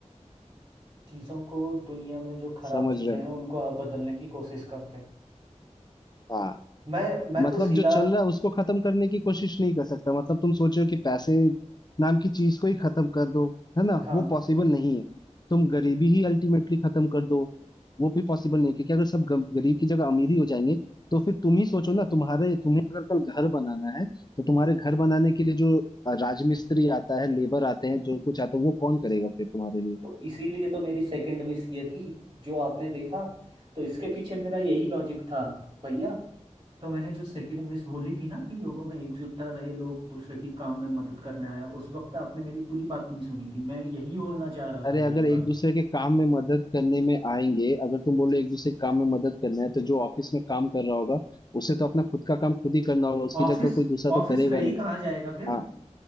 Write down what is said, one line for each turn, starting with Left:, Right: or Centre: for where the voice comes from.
Right: चीजों को दुनिया में जो खराब
Left: समझ
Right: चीजें
Left: रहे हो
Right: हैं उनको आप बदलने की कोशिश करते हैं
Left: हाँ
Right: मैं मैं
Left: मतलब
Right: तो सीधा
Left: जो चल रहा है उसको खत्म करने की कोशिश नहीं कर सकता मतलब तुम सोचो कि पैसे नाम की चीज को ही खत्म कर दो है ना
Right: हाँ
Left: वो पॉसिबल नहीं है तुम गरीबी ही अल्टीमेटली खत्म कर दो वो भी पॉसिबल नहीं है क्योंकि अगर सब गम- गरीब की जगह अमीर ही हो जाएंगे तो फिर तुम ही सोचो ना तुम्हारे तुम्हें अगर कल घर बनाना है तो तुम्हारे घर बनाने के लिए जो राजमिस्त्री आता है लेबर आते हैं जो कुछ आता है वो कौन करेगा फिर तुम्हारे लिए
Right: तो इसीलिए तो मेरी सेकंड विश ये थी जो आपने देखा तो इसके पीछे मेरा यही लॉजिक था भैया तो मैंने जो सेकंड विश बोली थी ना कि लोगों में एकजुटता रहे लोग दूसरे की काम में मदद करने आए उस वक्त आपने मेरी पूरी बात नहीं सुनी थी मैं यही बोलना चाह रहा
Left: अरे
Right: था यही
Left: अगर
Right: बात
Left: एक दूसरे के काम में मदद करने में आएंगे अगर तुम बोलो एक दूसरे के काम में मदद करना है तो जो ऑफिस में काम कर रहा होगा उसे तो अपना खुद का काम खुद ही करना होगा उसकी
Right: ऑफिस
Left: जगह कोई दूसरा
Right: ऑफिस
Left: तो करेगा
Right: रही
Left: नहीं
Right: कहाँ जाएगा फिर
Left: हाँ